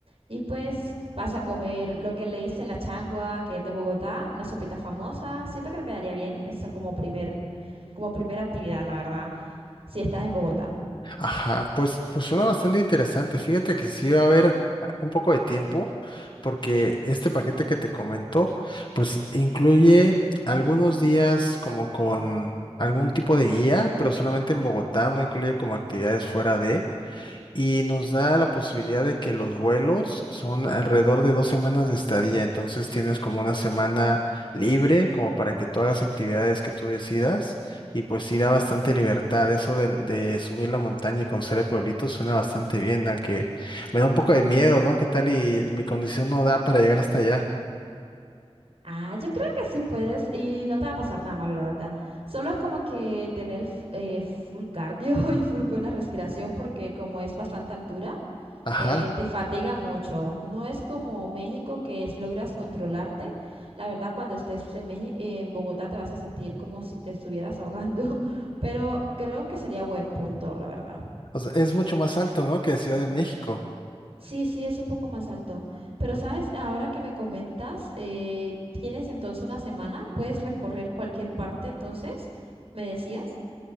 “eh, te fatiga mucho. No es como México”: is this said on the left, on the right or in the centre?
Right